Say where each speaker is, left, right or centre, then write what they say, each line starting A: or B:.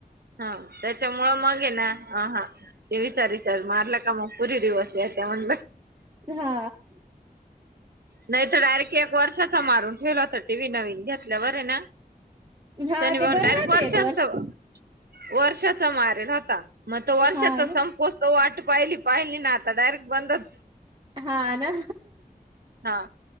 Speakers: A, on the right; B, on the right.
A: हां त्याच्यामुळे मग आहे ना हा हा टीव्ही तरी रिचार्ज मारलं का मग पुरी दिवस याय ते म्हणलं
B: हा.
A: नाही तर डायरेक्ट एक वर्षाचा मारून ठेवला होता टी व्ही नवीन घेतल्यावर आहे ना.
B: हा
A: त्यांनी
B: ते
A: पण
B: बरं
A: डायरेक्ट
B: राहते
A: वर्षाच
B: एक
A: वर्षाचा मारल होता मग तो वर्षाचा
B: हा ना.
A: सं वाट पाहिली ना आता डायरेक्ट बंदच,
B: हा ना
A: हा